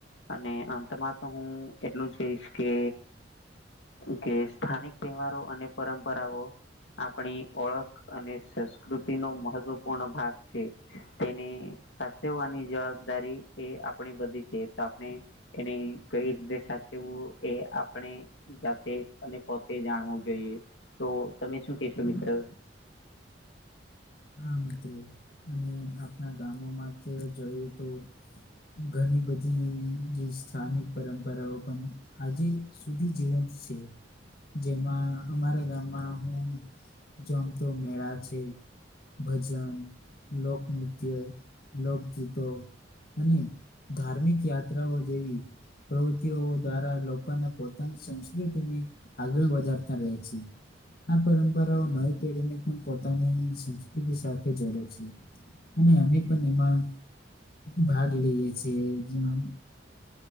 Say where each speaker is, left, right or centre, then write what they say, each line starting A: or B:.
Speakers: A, on the left; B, on the left.
A: અને આમ તમારે તો હું એટલું જ કઈશ કે કે સ્થાનિક તહેવારો અને પરંપરાઓ. આપણી ઓળખ અને સંસ્કૃતિ નો મહત્વપૂર્ણ ભાગ છે. તેને સાચવવાની જવાબદારી એ આપણે બધી છે તો આપણે એને કઈ રીતે સાચવું એ આપણે જાતે અને પોતે જાણવું જોઈએ તો તમે શું કેશો મિત્ર
B: હા, મિત્રો અને આપણા ગામોમાં તો જોઈએ, તો ઘણી બધી- જે સ્થાનિક પરંપરાઓ પણ આજે સુધી જીવંત છે. જેમાં અમારા ગામમાં હું જોમતો મેળા છે. ભજન, લોકનૃત્ય, લોકગીતો અને ધાર્મિક યાત્રાઓ જેવી પ્રવૃત્તિઓ દ્વારા, લોકોને પોતાની સંસ્કૃતિની- આગળ વધારતા રહે છે. આ પરંપરાઓ નવી પેઢીને એકદમ પોતાની સંસ્કૃતિ સાથે જોડે છે. અને, અમે પણ, એમાં ભાગ લઈએ છીએ. જે-